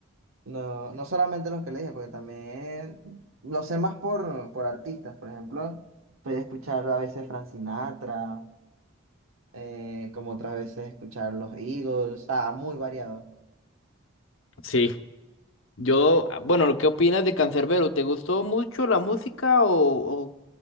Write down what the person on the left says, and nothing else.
Sí. Yo, ah, bueno, ¿qué opinas de Canserbero? ¿Te gustó mucho la música o, o